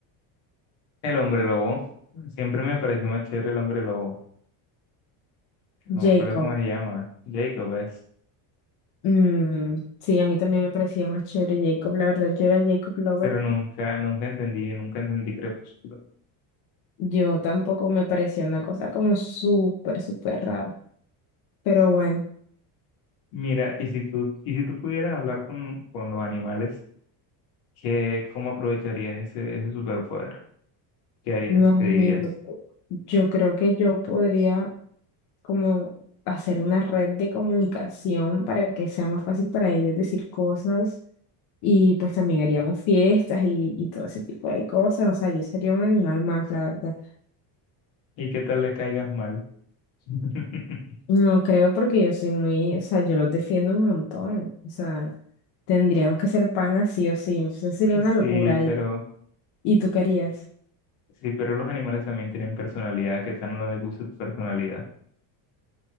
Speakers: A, on the left; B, on the left.
A: El hombre lobo. Siempre me pareció más chévere el hombre lobo. No
B: Jacob.
A: me acuerdo cómo se llama. Jacob es.
B: Mm, sí, a mí también me parecía más chévere Jacob. La verdad, yo era Jacob Lover.
A: Pero nunca, nunca entendí, nunca entendí Crepúsculo.
B: Yo tampoco me parecía una cosa como súper, súper rara. Pero bueno,
A: Mira, y si tú, y si tú pudieras hablar con, con los animales, ¿qué, cómo aprovecharías ese, ese superpoder? ¿Qué harías?
B: imagínate.
A: ¿Qué dirías?
B: Yo creo que yo podría. como hacer una red de comunicación para que sea más fácil para ellos decir cosas y pues también haríamos fiestas y, y todo ese tipo de cosas, o sea, yo sería un animal más, la verdad.
A: ¿Y qué tal les caigas mal? <laughs>
B: No creo porque yo soy muy, o sea, yo los defiendo un montón, o sea, tendríamos que ser panas sí o sí, eso sería una
A: Sí,
B: locura y,
A: pero,
B: y tú querías.
A: sí, pero los animales también tienen personalidad. ¿Qué tal no les gusta tu personalidad?